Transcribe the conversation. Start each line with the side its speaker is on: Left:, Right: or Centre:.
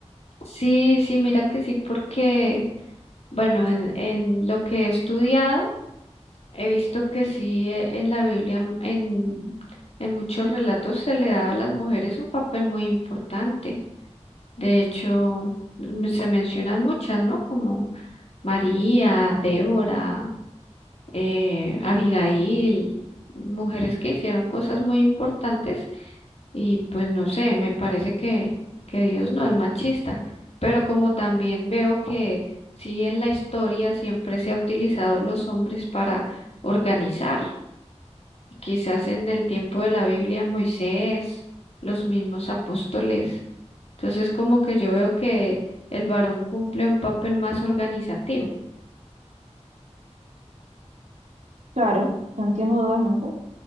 Left: Sí, sí, mira que sí, porque, bueno, en, en lo que he estudiado, He visto que sí, eh, en la Biblia, m- en, en muchos relatos se le daba a las mujeres un papel muy importante. De hecho, m- se mencionan muchas, ¿no? Como María, Débora, eh, Abigail, mujeres que hicieron cosas muy importantes y pues no sé, me parece que, que Dios no es machista, pero como también veo que sí en la historia siempre se ha utilizado los hombres para organizar. Quizás en el tiempo de la Biblia, Moisés, los mismos apóstoles. Entonces, como que yo veo que el varón cumple un papel más organizativo.
Right: Claro, te entiendo totalmente.